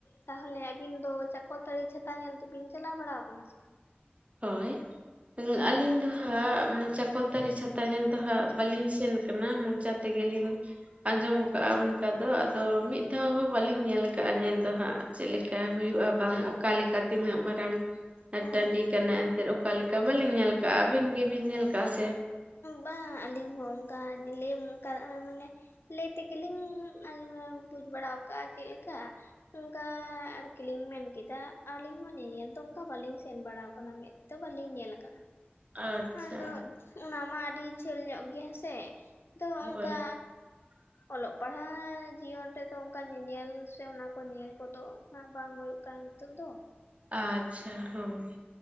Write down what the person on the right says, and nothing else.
ᱦᱳᱭ ᱾ ᱟᱞᱤᱧ ᱫᱚ ᱦᱟᱸᱜ ᱪᱟᱠᱚᱞᱛᱟᱹᱨᱤ ᱪᱷᱟᱛᱟ ᱧᱮᱞ ᱫᱚ ᱦᱟᱸᱜ ᱵᱟᱹᱞᱤᱧ ᱥᱮᱱ ᱟᱠᱟᱱᱟ᱾ ᱡᱟᱛᱮ ᱜᱮᱞᱤᱧ ᱟᱸᱡᱚᱢ ᱟᱠᱟᱫᱼᱟ ᱚᱱᱠᱟ ᱫᱚ, ᱟᱫᱚ ᱢᱤᱫ ᱫᱷᱟᱣ ᱦᱚᱸ ᱵᱟᱞᱤᱧ ᱧᱮᱞ ᱟᱠᱟᱫᱼᱟ ᱧᱮᱞ ᱫᱚ ᱦᱟᱸᱜ ᱾ ᱪᱮᱫ ᱞᱮᱠᱟ ᱦᱩᱭᱩᱜᱼᱟ, ᱵᱟᱝ ᱚᱠᱟ ᱞᱮᱠᱟ ᱛᱤᱱᱟᱹᱜ ᱢᱟᱨᱟᱝ ᱾ ᱟᱨ
ᱴᱟᱺᱰᱤ ᱠᱟᱱᱟ ᱮᱱᱛᱮᱫ ᱚᱠᱟᱞᱮᱠᱟ, ᱵᱟᱹᱞᱤᱧ ᱧᱮᱞ ᱠᱟᱜᱼᱟ ᱟᱹᱵᱤᱱ ᱜᱮᱵᱤᱱ ᱧᱮᱞ ᱠᱟᱜᱼᱟ ᱥᱮ?
ᱟᱪᱪᱷᱟ
ᱦᱳᱭ
<unintelligible>
ᱟᱪᱷᱟ, ᱦᱳᱭ